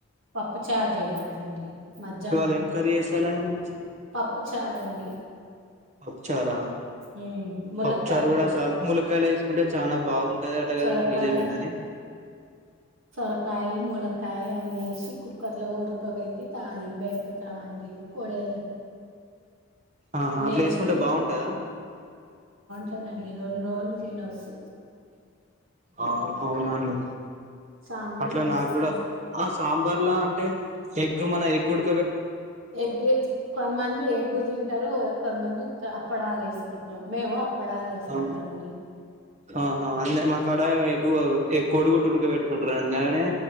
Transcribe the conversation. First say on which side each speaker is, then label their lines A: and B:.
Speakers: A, on the right; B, on the right.
A: పప్పుచార్ చెయ్యాలండి మధ్యాహ్నం
B: ఇవాళ ఏం కర్రీ చేస్తాలండి మీరు
A: పప్పు చారండి
B: పప్పుచారా
A: ఉమ్ ములక్కాయలు
B: పప్పుచారు కూడా
A: వచ్చి
B: చాలా ములకాయలు వేసుకుంటే చాలా బాగుంటది అట
A: సొరకాయ
B: కదండి నిజమేన అది
A: సొరకాయి ముల్లకాయ అన్నేసి కుక్కర్లో ఉడకబెట్టి తాలిం పెటుతామండి పోడే
B: ఆహా అట్లా
A: వేసి
B: చేసుకుంటే బాగుంటదా
A: అండి రెండు రోలు తినొస్సు
B: ఆ అవునా అండి
A: సాంబార్
B: అట్ల
A: మస్తు
B: నాక్ కూడ ఆ సాంబర్లా అంటే ఎగ్ మన ఎగ్ ఓడ్
A: ఎగ్గె కొందమంది ఎగ్గు తింటరు కొందమంది అ అప్పడాలు ఏసుకుంటం మేము అప్పడాలు వేసుకుంటాం
B: హా
A: అండి
B: అహ అంటే మాకడ గువ ఎ కొడుగుడ్టు ఉడకపెట్టుకుంటారా అలానే